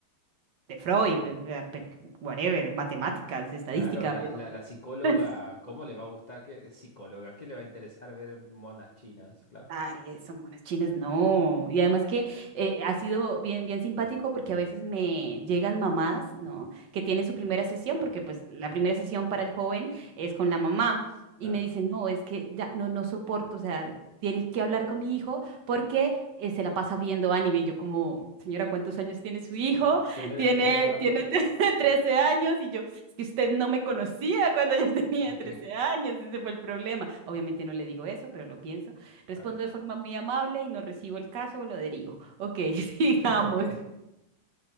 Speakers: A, on the right (about 55°); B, on the left (about 80°).
A: de Freud, pe- pe- pe- whatever, matemáticas, estadística,
B: Claro, la,
A: pero
B: la, la psicóloga,
A: <laughs>
B: ¿cómo le va a gustar que psicóloga? ¿Qué le va a interesar ver monas chinas? Claro,
A: Aries, son monas chinas, no. Y además que eh, ha sido bien, bien simpático porque a veces me llegan mamás, ¿no? Que tienen su primera sesión, porque pues la primera sesión para el joven es con la mamá.
B: claro.
A: Y me dicen, no, es que ya no, no soporto, o sea, tienes que hablar con mi hijo porque eh, se la pasa viendo anime. Y yo como, señora, ¿cuántos años tiene
B: S-
A: su hijo?
B: s- Señora,
A: Tiene,
B: ¿qué tiene de malo?
A: tiene <laughs> 13 años. Y yo, es que usted no me conocía cuando yo <laughs> tenía
B: Ok,
A: 13 años, ese fue el problema. Obviamente no le digo eso, pero lo pienso. Respondo
B: claro.
A: de forma muy amable y no recibo el caso o lo derivo. Ok, <laughs> sigamos.
B: <laughs> Ok.